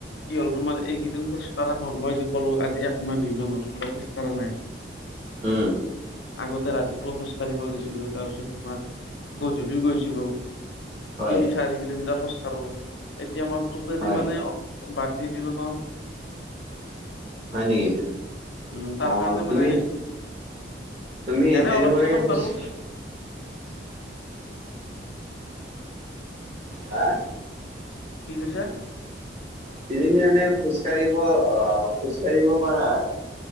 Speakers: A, on the left; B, on the right.
A: কি হ'ল তোমাৰ এইকেইদিন খোজ কঢ়া মই যে ক'লো আজি একমাহ, দুই মাহ মানৰ পৰা খোজ কঢ়া নাই
B: উম
A: আগতে ৰাতিপুৱা খোজ কাঢ়িব গৈছিলো তাৰ পিছত তোমাৰ গধূলিও গৈছিলো
B: হয়,
A: তিনি চাৰি কিলোমিটাৰ খোজ কাঢ়ো এতিয়া মই টটেলি
B: হয়,
A: মানে বাদ দি দিলো ন
B: হয় নেকি?
A: উম তাৰ
B: অ',
A: কাৰণে
B: তুমি
A: মানে
B: তুমি
A: এনে
B: তেনেকুৱাকে
A: অলপ চলপ
B: খোজ
A: কাঢ়ো
B: হা
A: কি কৈছা
B: তুমি মানে খোজ কাঢ়িব আহ খোজ কাঢ়িব পাৰা